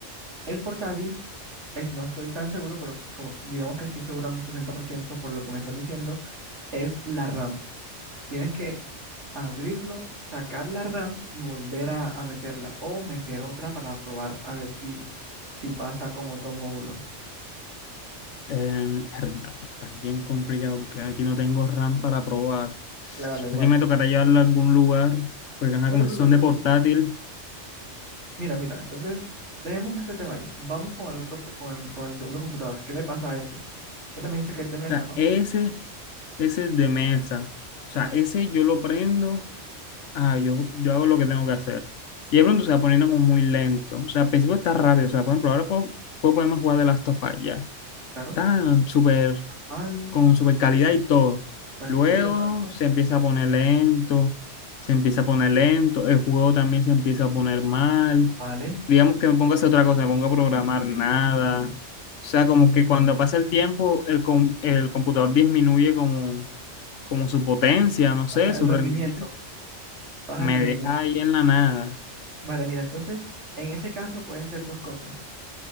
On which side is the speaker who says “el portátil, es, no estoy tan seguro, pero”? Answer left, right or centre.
Right